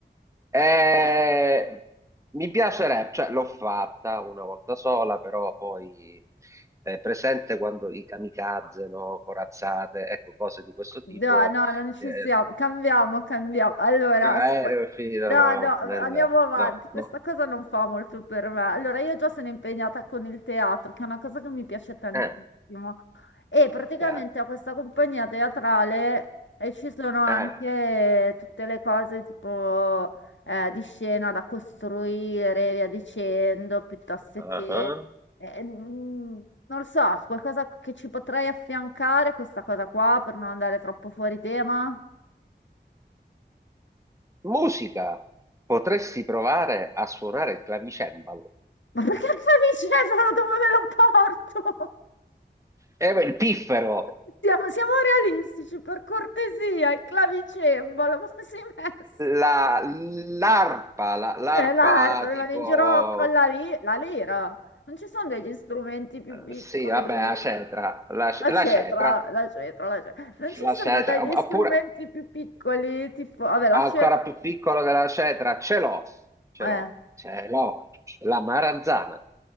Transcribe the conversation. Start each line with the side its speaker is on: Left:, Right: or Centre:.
Right: E mi piacerebbe, cioè l'ho fatta una volta sola, però poi è presente quando i kamikaze, no? Corazzate, ecco, cose di questo tipo.
Left: No, no, non ci
Right: eh,
Left: siamo. Cambiamo, cambiamo. Allora,
Right: eh, aereo
Left: asp-
Right: fino
Left: no, no, andiamo
Right: nel...
Left: avanti.
Right: No,
Left: Questa
Right: no.
Left: cosa non fa molto per me. Allora, io già sono impegnata con il teatro, che è una cosa che mi piace tantissimo.
Right: Eh,
Left: E praticamente
Right: cavolo.
Left: ho questa compagnia teatrale e ci sono anche
Right: eh.
Left: tutte le cose tipo eh, di scena da costruire, e via dicendo, piuttosto
Right: ah
Left: che,
Right: ah.
Left: eh, mm, non lo so, qualcosa che ci potrei affiancare a questa cosa qua per non andare troppo fuori tema?
Right: Musica, potresti provare a suonare il clavicembalo,
Left: <laughs> Ma perché il clavicembalo dove me lo porto?
Right: Eh, beh, il piffero,
Left: <laughs> Siamo, siamo realistici, per cortesia, il clavicembalo, ma come si è messo?
Right: la- l'arpa, la- l'arpa
Left: Eh, l'arpa, se
Right: tipo,
Left: vado in giro con la, li- la lira. Non ci sono degli strumenti più piccoli.
Right: sì, vabbè, la cetra, la,
Left: La
Right: la
Left: cetra,
Right: cetra,
Left: la cetra, la cetra. Non ci
Right: la
Left: sono
Right: cetra,
Left: degli strumenti
Right: oppure
Left: più piccoli, tipo, vabbè, la
Right: ancora
Left: cetra.
Right: più piccolo della cetra, ce l'ho, ce
Left: Eh,
Right: l'ho, ce l'ho, la maranzana.